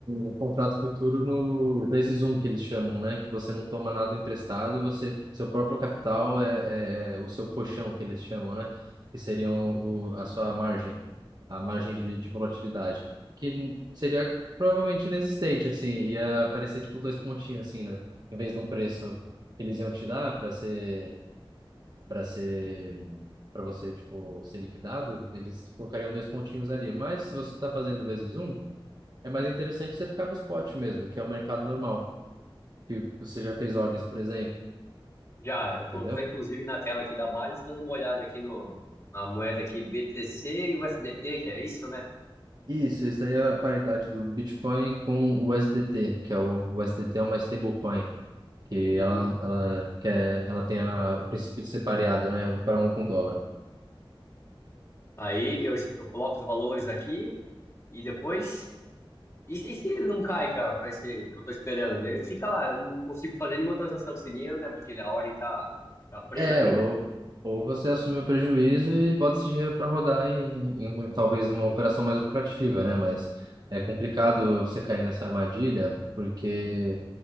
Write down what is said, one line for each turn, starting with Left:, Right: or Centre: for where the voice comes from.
Right: um contrato futuro no vezes um que eles chamam, né? Que você não toma nada emprestado e você, seu próprio capital é, é é o seu colchão que eles chamam, né? Que seriam o, a sua margem, a margem de, de volatilidade, que seria provavelmente inexistente, assim, ia aparecer tipo dois pontinhos, assim, né? Em vez de um preço que eles iam te dar para ser para ser para você tipo ser liquidado, eles colocariam dois pontinhos ali. Mas se você está fazendo vezes um, é mais interessante você ficar no spot mesmo, que é o mercado normal, que você já fez ordens, por exemplo,
Left: Já, eu tô,
Right: entendeu?
Left: tá inclusive na tela aqui da Binance dando uma olhada aqui no, na moeda aqui BTC e USDT, que é isso, né?
Right: Isso, isso daí é a paridade do Bitcoin com o USDT, que é o, o USDT é uma stablecoin, que
Left: Uhum.
Right: ela ela quer, ela tem a, o princípio de ser pareada, né, um para um com o dólar.
Left: Aí eu, eu coloco os valores aqui e depois E se, e se ele não cai, cara, pra esse que eu tô esperando? Daí fica lá, eu não consigo fazer nenhuma transação com esse dinheiro, né? Porque ele a ordem tá, tá presa
Right: É,
Left: ali,
Right: ou,
Left: né?
Right: ou você assume o prejuízo e bota esse dinheiro para rodar em, em talvez uma operação mais lucrativa, né? Mas é complicado você cair nessa armadilha, porque.